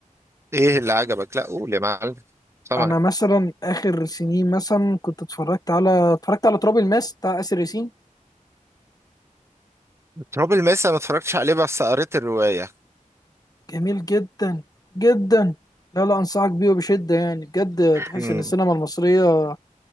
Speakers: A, on the right (about 20°); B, on the left (about 25°).
A: ايه اللي عجبك لا قول يا معلم سامعك
B: انا مثلا اخر سنين مثلا كنت اتفرجت على اتفرجت على تراب الماس بتاع اسر ياسين
A: تراب الماس أنا ما اتفرجتش عليه بس قريت الرواية
B: جميل جدا جدا لا لا انصحك بيه وبشده يعني بجد تحس
A: امم
B: ان السينما المصريه